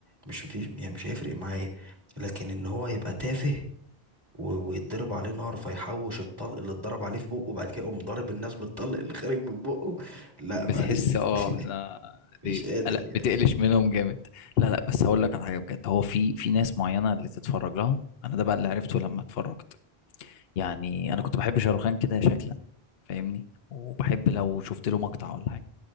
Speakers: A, on the right (about 20°); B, on the left (about 70°).
A: مش في يعني مش هيفرق معايا لكن ان هو يبقى تافه و- ويتضرب عليه نار فيحوش الطلق اللي اتضرب عليه في بقه وبعد كده يقوم ضارب الناس بالطلق اللي خارج من بقه لا
B: بتحس
A: معلش
B: اه
A: <laughs>
B: لا
A: مش
B: دي
A: قادر
B: لا
A: يعني
B: بتقلش منهم جامد لا لا بس هقول لك على حاجه بجد هو في في ناس معينه اللي تتفرج لها انا ده بقى اللي عرفته لما اتفرجت يعني انا كنت بحب شاروخان كده شكلا فاهمني وبحب لو شفت له مقطع ولا حاجه